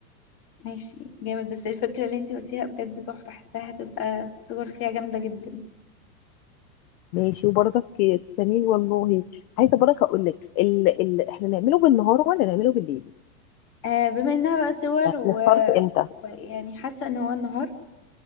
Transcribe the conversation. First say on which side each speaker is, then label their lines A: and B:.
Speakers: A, on the left; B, on the left.
A: ماشي جامد بس الفكرة اللي انت قلتيها بجد تحفة حاساها هتبقى الصور فيها جامدة جدا
B: ماشي وبرضك تسلميلي والله عايزه بركه اقول لك ال... ال... احنا نعمله بالنهار ولا نعمله بالليل
A: آه بما إنها بقى صور
B: يعني
A: و...
B: نستارت امتى
A: ويعني حاسة إن هو النهار